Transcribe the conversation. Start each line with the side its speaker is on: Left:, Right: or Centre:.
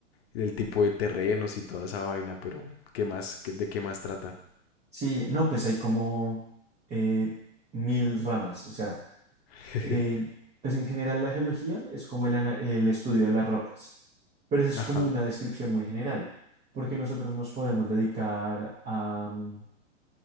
Left: el tipo de terrenos y toda esa vaina, pero ¿qué más, qué- de qué más trata?
Right: sí, no, pues hay como eh, mil ramas. O sea,
Left: <laughs>
Right: eh, pues en general la geología es como el, ana- el estudio de las rocas, pero eso es
Left: Ajá,
Right: como una descripción muy general, porque nosotros nos podemos dedicar a, mm,